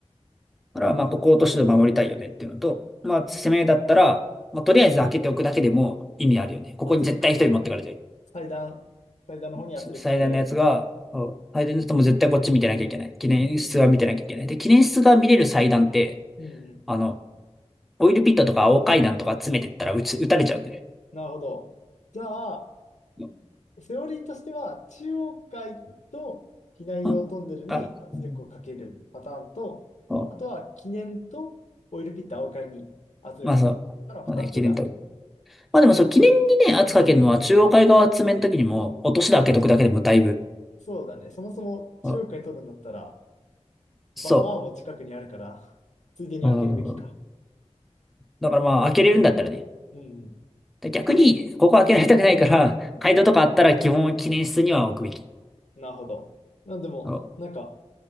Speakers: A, in the centre; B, on the left.
A: だから、まあ、ここを落としで守りたいよねっていうのと、まあ、攻めだったら、まあ、とりあえず開けておくだけでも意味あるよね。ここに絶対一人持ってかれてる。
B: 圧力かけられる。祭壇、祭壇の方に圧力かけられるから。
A: う最大のやつが、そう最大のやつも絶対こっち見てなきゃいけない。記念室は見てなきゃいけない。
B: うん。
A: で、記念室が見れる祭壇って、
B: うんうん。
A: あの、オイルピットとか青階段とか詰めてったら撃撃たれちゃうんだよ
B: なるほど。じゃあ、
A: ね。
B: セオリーとしては、中央階と避難用トンネルに圧力をかけるパターンと、
A: うんあ、うんそ
B: あとは記念とオイルピット青階に圧力をかける。
A: うまあそう。
B: ただ2つが、
A: まあね、記念と。まあでもそう、記念にね、圧かけるのは中央海側詰めの時にも、落としで開けとくだけでもだいぶ。
B: そうだね、そもそも中央階取るんだったら、
A: うん
B: バ、
A: そ
B: バーも近くにあるから、ついでに開けるべきか。
A: う。うんだからまあ、開けれるんだったらね。
B: うん
A: で逆に、ここ開けられたくないから、街道とかあったら基本記念室には置くべき。
B: うん、なるほど。なんでも、
A: そ
B: なんか、